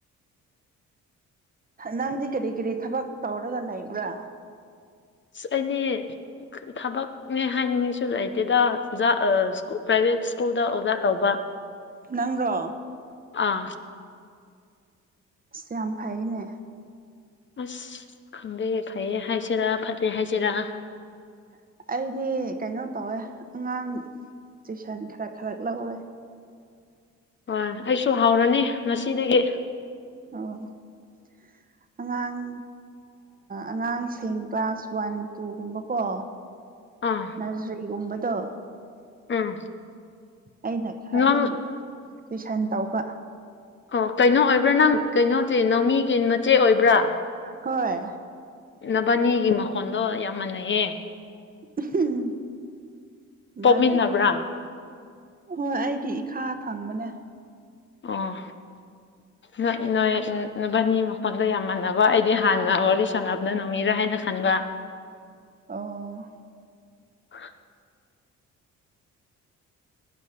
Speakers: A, on the right (about 30°); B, on the left (about 40°).
A: ꯅꯪꯗꯤ ꯀꯔꯤ ꯀꯔꯤ ꯊꯕꯛ ꯇꯧꯔꯒ ꯂꯩꯕ꯭ꯔꯥ꯫
B: ꯑꯁ ꯑꯩꯅꯦ ꯊꯕꯛꯅꯦ ꯍꯥꯏꯅꯤꯡꯉꯤꯁꯨ ꯂꯩ꯫ ꯗ ꯑꯣꯖꯥ ꯄ꯭ꯔꯥꯏꯚꯦꯠ ꯁ꯭ꯀꯨꯜꯗ ꯑꯣꯖꯥ ꯇꯧꯕ꯫
A: ꯅꯪꯔꯣ꫰
B: ꯑꯥ
A: ꯑꯁ ꯌꯥꯝ ꯐꯩꯅꯦ꯫
B: ꯑꯁ ꯈꯪꯗꯦ ꯐꯩꯌꯦ ꯍꯥꯏꯁꯦꯔꯥ ꯐꯠꯇꯦ ꯍꯥꯏꯁꯦꯔꯥ꯫
A: <inaudible> ꯑꯩꯗꯤ ꯀꯩꯅꯣ ꯇꯧꯋꯦ ꯑꯉꯥꯡ ꯇꯨꯏꯁꯟ ꯈꯔ ꯈꯔꯛ ꯂꯧꯋꯦ꯫
B: ꯍꯣꯏ ꯑꯩꯁꯨ ꯍꯥꯎꯔꯅꯤ ꯉꯁꯤꯗꯒꯤ꯫
A: <unintelligible> ꯑꯉꯥꯡ ꯑꯉꯥꯡꯁꯤꯡ ꯀ꯭ꯂꯥꯁ ꯋꯥꯟ ꯇꯨꯒꯨꯝꯕꯀꯣ꯫
B: ꯑꯥ
A: ꯅꯔꯖꯔꯤꯒꯨꯝꯕꯗꯣ꯫
B: ꯎꯝ꯫
A: ꯑꯩꯅ ꯈꯔ
B: ꯅꯪ
A: ꯑꯗꯨꯝ ꯇꯨꯏꯁꯟ ꯇꯧꯕ꯫
B: ꯑꯣ ꯀꯩꯅꯣ ꯑꯣꯏꯕ꯭ꯔꯥ ꯅꯪ ꯀꯩꯅꯣꯗꯤ ꯅꯧꯃꯤꯒꯤ ꯃꯆꯦ ꯑꯣꯏꯕ꯭ꯔꯥ꯫
A: ꯍꯣꯏ꯫
B: ꯅꯕꯥꯅꯤꯒꯤ ꯃꯈꯣꯟꯗꯣ ꯌꯥꯝ ꯃꯥꯟꯅꯩꯌꯦ꯫
A: ꯎꯍꯨꯝ ꯃꯥꯅꯦ꯫
B: ꯄꯣꯛꯃꯤꯟꯅꯕ꯭ꯔꯥ
A: ꯍꯣꯏ ꯑꯩꯒꯤ ꯏꯈꯥ ꯊꯪꯕꯅꯦ꯫
B: ꯑꯣ꯫ ꯅꯣꯏ ꯅꯣꯏ ꯕꯅꯤ ꯃꯈꯣꯟꯗꯣ ꯌꯥꯝ ꯃꯥꯟꯅꯕ ꯑꯩꯗꯤ ꯍꯥꯟꯅ ꯋꯥꯔꯤ ꯁꯥꯟꯅꯕꯗ ꯅꯣꯃꯤꯔꯥ ꯍꯥꯏ꯫ ꯍꯥꯌꯅ ꯈꯟꯕꯥ꯫
A: ꯑꯣ꯫
B: <inaudible>